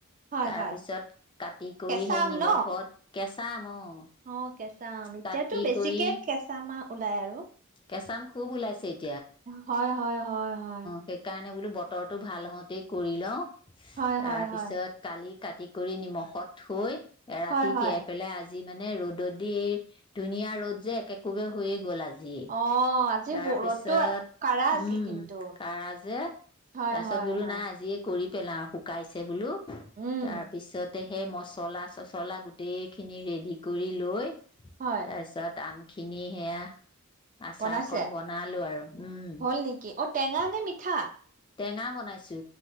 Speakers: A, on the right (about 40°); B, on the left (about 20°).
A: হয়
B: তাৰ
A: হয়
B: পিছত কাটি কৰি
A: কেঁচা
B: সেই
A: আম
B: নিমখত
A: ন
B: কেচ <inaudible>
A: অ' কেঁচা আম এতিয়াতো
B: কাটি
A: বেছিকে
B: কৰি
A: কেঁচামা ওলায় আৰু
B: কেঁচা আম খুব ওলাইছিল।
A: হয় হয় হয় হয়।
B: সেইকাৰণে বোলো বতৰটো ভাল হওঁতেই কৰি লওঁ।
A: হয়
B: তাৰ
A: হয়
B: পিছত
A: হয়
B: কালি কাটি কৰি নিমখত থৈ। ৰাতি
A: হয় হয়
B: তিয়াই পেলাই আজ আজি মানে ৰ'দত দি এই ধুনীয়া ৰ'দ যে একে একোবে হৈয়ে গ'ল আজি। তাৰ
A: অ আজিৰ ব
B: পিছত
A: ৰ'দটো কাঢ়া আছিল
B: উম
A: কিন্তু
B: কাৰাজ তাৰপিছত
A: হয় হয়
B: বোলো
A: হয়
B: নাই আজিয়ে কৰিব পেলাওঁ শুকাইছে বোলো
A: উম
B: তাৰ পিছত তা সেই মচলা চচলা গোটেইখিনি ৰেডি কৰি লৈ।
A: হয়
B: তাৰপিছত আমি খিন সেয়া আচাৰকণ
A: বনাইছে
B: বনালো আৰু উম।
A: হ'ল নেকি অ টেঙা নে মিঠা?
B: টেঙা বনাইছো।